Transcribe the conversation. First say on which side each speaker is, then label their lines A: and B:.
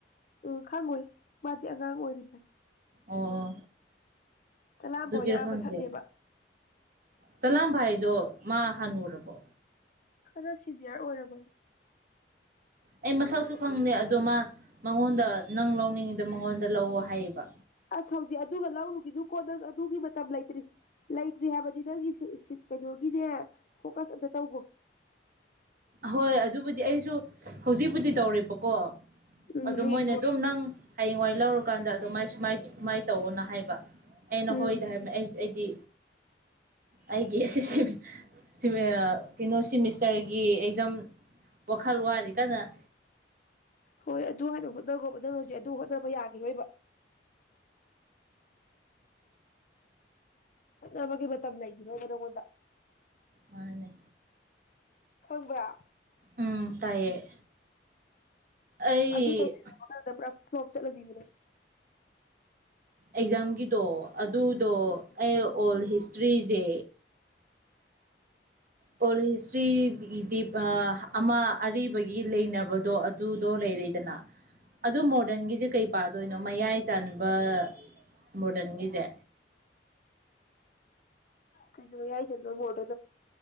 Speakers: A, on the left; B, on the right.
A: ꯎꯝ ꯈꯪꯉꯣꯏ ꯃꯥꯗꯤ ꯑꯉꯥꯡ ꯑꯣꯏꯔꯤꯕꯅꯤ
B: ꯑꯣ
A: ꯇꯂꯥꯝꯕ
B: ꯑꯗꯨꯒꯤꯔ
A: ꯍꯣꯏꯅ ꯑꯥ
B: ꯈꯪꯗꯦ
A: ꯃꯊꯛꯅꯦꯕ
B: ꯆꯂꯥꯝꯕ ꯍꯥꯏꯗꯣ ꯃꯥ ꯍꯅꯨꯔꯕꯣ
A: ꯈꯔꯥ ꯁꯤꯅꯤꯌꯔ ꯑꯣꯔꯕꯅꯦ
B: ꯑꯩ ꯃꯁꯛꯁꯨ ꯈꯪꯗꯦ ꯑꯗꯣ ꯃꯥ ꯃꯉꯣꯟꯗ ꯅꯪ ꯂꯧꯅꯤꯡꯉꯤꯗ ꯃꯉꯣꯟꯗ ꯂꯧꯑꯣ ꯍꯥꯏꯌꯦꯕ
A: ꯑꯁ ꯍꯧꯖꯤꯛ ꯑꯗꯨꯒ ꯂꯧꯔꯨꯒꯤꯅꯨꯀꯣ ꯅꯪ ꯑꯗꯨꯒꯤ ꯃꯇꯝ ꯂꯩꯇ꯭ꯔꯤ ꯂꯩꯇ꯭ꯔꯤ ꯍꯥꯏꯕꯗꯤ ꯅꯪꯒꯤ ꯁꯤ ꯁꯤꯠ ꯀꯩꯅꯣꯒꯤꯅꯦ ꯐꯣꯀꯁ ꯑꯝꯇ ꯇꯧꯒꯣ
B: ꯍꯣꯏ ꯑꯗꯨꯕꯨꯗꯤ ꯑꯩꯁꯨ ꯍꯧꯖꯤꯛꯄꯨꯗꯤ ꯇꯧꯔꯤꯕꯀꯣ
A: ꯎꯝ
B: ꯑꯗꯨ
A: ꯍꯌꯦꯡ
B: ꯃꯣꯏꯅ
A: ꯂꯣꯏ
B: ꯑꯗꯨꯝ ꯅꯪ ꯍꯌꯦꯡꯋꯥꯏ ꯂꯧꯔꯨꯀꯥꯟꯗ ꯑꯗꯨꯃꯥꯏ ꯁꯨꯃꯥꯏ ꯁꯨꯃꯥꯏꯅ ꯇꯧꯑꯣꯅ ꯍꯥꯏꯕ ꯑꯩ ꯅꯈꯣꯏꯗ
A: ꯎꯝ
B: ꯍꯥꯏꯕꯅꯤ ꯑꯩ ꯑꯩꯗꯤ ꯑꯩꯒꯤ ꯑꯁꯤꯁꯤ ꯁꯤꯃꯤꯌꯥ ꯀꯩꯅꯣ ꯁꯤꯃꯤꯁꯇꯔꯒꯤ ꯖꯝ ꯋꯥꯈꯜ ꯋꯥꯔꯤ ꯀꯟꯅ
A: ꯍꯣꯏ ꯑꯗꯨ ꯍꯥꯟꯅ ꯍꯣꯠꯅꯈꯕ ꯅꯪ ꯍꯧꯖꯤꯛ ꯑꯗꯨ ꯍꯣꯠꯅꯕ ꯌꯥꯈꯤꯔꯣꯏꯕ ꯍꯣꯠꯅꯕꯒꯤ ꯃꯇꯝ ꯂꯩꯈꯤꯔꯣꯏꯕ ꯅꯪꯉꯣꯟꯗ
B: ꯃꯥꯅꯅꯦ
A: ꯈꯪꯕ꯭ꯔ
B: ꯎꯝ ꯇꯥꯏꯌꯦ ꯑꯩ
A: ꯑꯗꯨ ꯇꯧꯁꯤꯜꯂꯨꯕ ꯀꯥꯟꯗ ꯄꯨꯔꯥ ꯐꯂꯣꯞ ꯆꯠꯂꯅꯤꯕ ꯅꯪ
B: ꯑꯦꯛꯖꯥꯝꯒꯤꯗꯣ ꯑꯗꯨꯗꯣ ꯑꯩ ꯑꯣꯜ ꯍꯤꯁꯇ꯭ꯔꯤꯖꯦ ꯑꯣꯜ ꯍꯤꯁꯇ꯭ꯔꯤꯗꯤ ꯏꯗꯤꯕ ꯑꯃ ꯑꯔꯤꯕꯒꯤ ꯂꯩꯅꯕꯗꯣ ꯑꯗꯨꯗꯣ ꯂꯩ ꯂꯩꯗꯅ ꯑꯗꯨ ꯃꯣꯗꯔꯟꯒꯤꯁꯦ ꯀꯩ ꯄꯥꯗꯣꯏꯅꯣ ꯃꯌꯥꯏ ꯆꯥꯟꯕ ꯃꯣꯗꯔꯟꯒꯤꯖꯦ
A: ꯀꯩꯅꯣꯌꯥꯢ ꯆꯟꯕ ꯕ꯭ꯣꯔꯗ